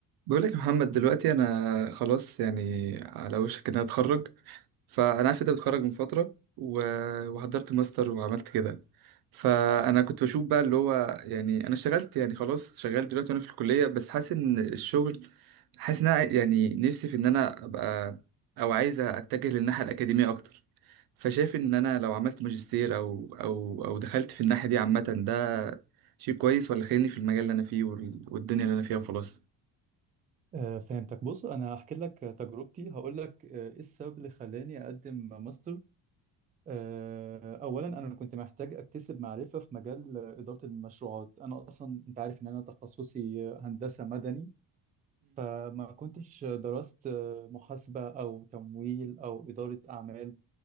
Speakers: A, on the right; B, on the right.
A: بقولك يا محمد دلوقتي انا خلاص يعني على وشك ان انا اتخرج فانا عارف انت بتخرج من فتره و... وحضرت ماستر وعملت كده فانا كنت بشوف بقى اللي هو يعني انا اشتغلت يعني خلاص شغال دلوقتي وانا في الكليه بس حاسس ان الشغل حاسس ان أنا عاي- يعني نفسي في ان انا ابقى او عايز اتجه للناحيه الاكاديميه اكتر فشايف ان انا لو عملت ماجستير او او او دخلت في الناحيه دي عامه ده شيء كويس ولا خليني في المجال اللي انا فيه وال... والدنيا اللي انا فيها وخلاص
B: آه، فهمتك بص انا هحكي لك آه، تجربتي هقول لك آه، ايه السبب اللي خلاني اقدم ماستر آه، اولا انا كنت محتاج اكتسب معرفه في مجال آه، اداره المشروعات انا اصلا انت عارف ان انا تخصصي آه، هندسه مدني فما كنتش درست آه، محاسبه او تمويل او اداره اعمال